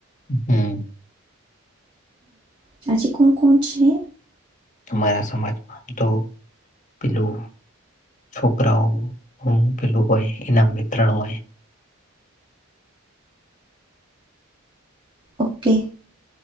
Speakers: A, on the left; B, on the right.
A: હમ!
B: હં હજી કોણ કોણ છે?
A: અમારા સમાજમાં આમ તો પેલું છોકરાઓ પેલું હોય એનામ વિત્રણ હોય.
B: ઓકે!